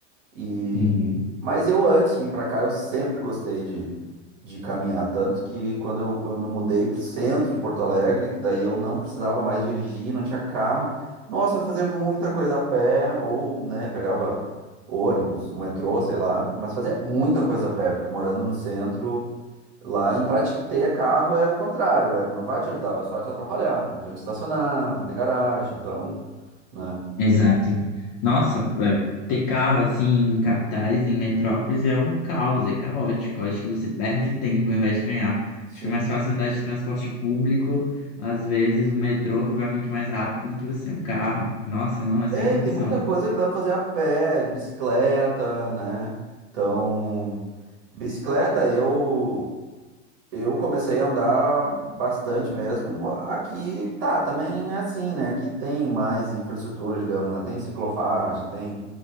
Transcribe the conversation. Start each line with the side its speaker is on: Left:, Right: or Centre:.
Right: E...
Left: Uhum.
Right: Mas eu antes de vir para cá, eu sempre gostei de, de caminhar, tanto que quando eu, eu me mudei para o centro de Porto Alegre, que daí eu não precisava mais dirigir, não tinha carro, nossa, eu fazia muita coisa a pé, ou, né, pegava ônibus, um metrô, sei lá, mas fazia muita coisa a pé, porque morando no centro, lá em prática ter carro é o contrário, é, não vai te ajudar, vai só te atrapalhar, não tem onde estacionar, não tem garagem, então, né.
Left: Exato. Nossa, é, ter carro assim em capitais, em metrópoles é um caos, é caótico. Eu Acho que você perde tempo ao invés de ganhar.
Right: Sim,
Left: Acho que é mais fácil andar de transporte público, às vezes um metrô que vai muito mais rápido do que você ter um carro. Nossa, não, é sem
Right: É,
Left: condição.
Right: e tem muita coisa que dá pra fazer a pé, de bicicleta, né? Então, bicicleta eu eu comecei a andar bastante mesmo. Aqui tá, também é assim, né? Aqui tem mais infraestrutura, digamos, né? Tem ciclofaixa, tem,